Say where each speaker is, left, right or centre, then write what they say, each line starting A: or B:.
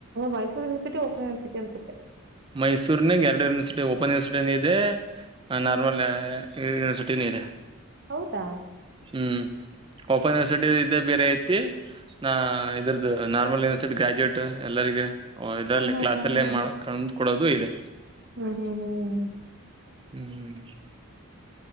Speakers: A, on the right; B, on the right.
A: ಮೈಸೂರ ಯೂನಿವರ್ಸಿಟಿ ಓಪನ್ ಯನಿವರ್ಸಿಟಿ ಅನ್ಸ
B: ಮೈಸೂರಿನಂಗ ಎರಡು ಯೂನಿವರ್ಸಿಟಿ ಓಪನ್ ಯೂನಿವರ್ಸಿಟಿನೂ ಇದೆ ನಾರ್ಮಲ್ ಯೂನಿವರ್ಸಿಟಿನೂ ಇದೆ.
A: ಹೌದಾ
B: ಹ್ಮ್ ಓಪನ್ ಯೂನಿವರ್ಸಿಟಿ ಇದ್ದ ಬೇರೆ ಐತಿ ನ ಇದ್ರದು ನಾರ್ಮಲ್ ಯನಿವರ್ಸಿಟಿ ಗ್ರಾಜುಯೇಟ್ ಎಲ್ಲರಿಗ ಓ ಇದ್ರಲ್ಲಿ
A: ಹ್ಮ್ ಹ್ಮ್
B: ಕ್ಲಾಸ್ಲ್ಲೇ
A: ಹ್ಮ್ ಹ್ಮ್
B: ಮಾಡಕ ಕೊಡೋದು ಇದೆ.
A: ಹ್ಮ್ ಹ್ಮ್ ಹ್ಮ್
B: ಹ್ಮ್